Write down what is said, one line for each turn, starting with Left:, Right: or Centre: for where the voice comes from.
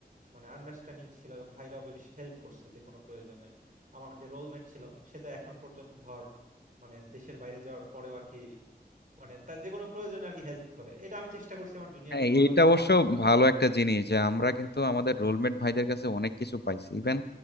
Right: মানে আন্ডারস্ট্যান্ডিং ছিল এবং ভাইরাও বেশ হেল্প করছে যে কোনো প্রয়োজনে আমার যে রোলমেট ছিল সে তো এখন পর্যন্ত ধর মানে দেশের বাইরে যাওয়ার পরেও আর কি মানে তার যে কোনো প্রয়োজনে আর কি হেল্প করে এটা আমি চেষ্টা করছি আমার জুনিয়রদের
Left: হ্যাঁ
Right: মাঝেও
Left: এইটা
Right: পাস
Left: অবশ্য
Right: করার
Left: ভালো একটা জিনিস যে আমরা কিন্তু আমাদের রোলমেট ভাইদের কাছে অনেক কিছু পাইছি ইভেন